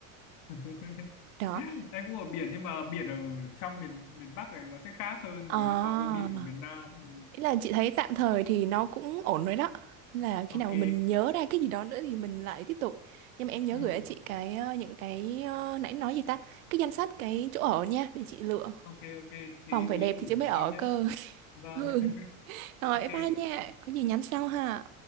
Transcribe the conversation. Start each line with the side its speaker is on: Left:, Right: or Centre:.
Left: <laughs>
Right: đó
Left: em cũng ở biển nhưng mà biển ở trong miền miền Bắc này nó sẽ khác hơn
Right: à,
Left: với so với biển của miền Nam ừ.
Right: ý là chị thấy tạm thời thì nó cũng ổn rồi đó Nên là khi
Left: ok
Right: nào mà mình nhớ ra cái gì đó nữa thì mình lại tiếp tục nhưng mà em nhớ
Left: ừ.
Right: gửi cho chị cái ờ, những cái ờ, nãy nói gì ta cái danh sách cái chỗ ở nha để chị lựa
Left: ok ok thế
Right: Phòng phải
Left: tí
Right: đẹp
Left: em gửi
Right: thì chứ mới
Left: chị
Right: ở
Left: sau nhé
Right: cơ. <laughs>
Left: vâng
Right: Ừ.
Left: <laughs>
Right: Rồi
Left: ok
Right: bye bye nha. Có gì nhắn sau ha.